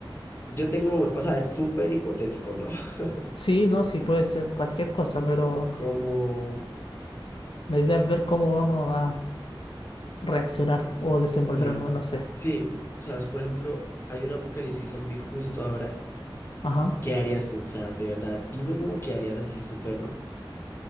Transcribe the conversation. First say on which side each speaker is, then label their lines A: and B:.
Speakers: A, on the left (about 25°); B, on the left (about 70°).
A: yo tengo, o sea, es súper hipotético, ¿no? <laughs>
B: Sí, no, sí puede ser cualquier cosa, pero
A: Como
B: la idea es ver cómo vamos a reaccionar o desenvolvernos,
A: Listo.
B: no sé.
A: Sí, o sea, si por ejemplo hay un apocalipsis zombie justo ahora,
B: Ajá.
A: ¿qué harías tú? O sea, de verdad, dime cómo qué harías así, súper,